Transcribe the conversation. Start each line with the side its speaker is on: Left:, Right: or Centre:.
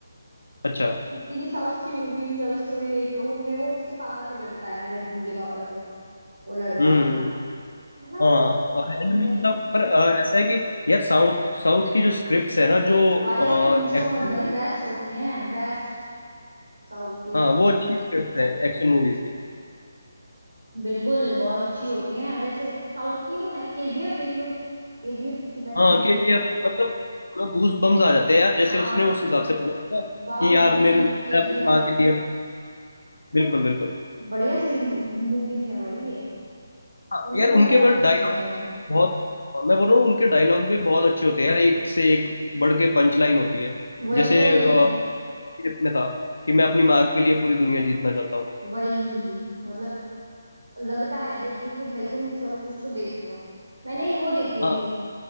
Left: अच्छा
Right: कितनी भी साउथ की मूवीज लव स्टोरी देख लो उनमें वो उसके पापा से लड़ता है लड़की के पापा से वो लड़का
Left: हम्म
Right: है ना मतलब
Left: हाँ और एंड में
Right: नहीं
Left: मतलब पर अ, ऐसा है कि यार साउथ साउथ की जो स्क्रिप्ट्स है ना जो
Right: अरे पूछो
Left: एक्शन
Right: मत भाई बेस्ट होती हैं बेस्ट साउथ की
Left: हाँ वो
Right: स्क्रिप्ट
Left: अच्छी स्क्रिप्ट है एक्शन मूवीज की
Right: बिल्कुल बहुत अच्छी होती हैं जैसे साउथ की तो है केजीएफ देख लो केजीएफ कितनी बेस्ट
Left: हाँ
Right: मूवी
Left: के
Right: है
Left: जी एफ मतलब गूज बम्स आ जाते हैं यार जैसे
Right: हाँ
Left: उसने उस हिसाब से बोला था ना
Right: बाहुबली
Left: कि यार मेरे
Right: केजीएफ
Left: मैं अपनी माँ के लिए
Right: मतलब
Left: बिल्कुल बिल्कुल
Right: बढ़िया सीरीज मूवीज है भाई ये
Left: हाँ
Right: उनके
Left: यार
Right: कंसेप्ट
Left: उनके बस
Right: अच्छे
Left: डायलॉग
Right: रहते हैं
Left: बहुत हाँ, मैं बोल रहा हूँ उनके डायलॉग्स भी बहुत अच्छे होते हैं यार एक से एक बढ़ के पंच लाइन होती है
Right: वही
Left: जैसे
Right: वही
Left: अ, केजीएफ में था कि मैं अपनी माँ के लिए पूरी दुनिया जीतना चाहता हूँ
Right: वही मतलब लगता है देख के कि भाई तुम चलो कुछ तो देख रहे हो मैंने एक वो देखी
Left: हाँ
Right: थी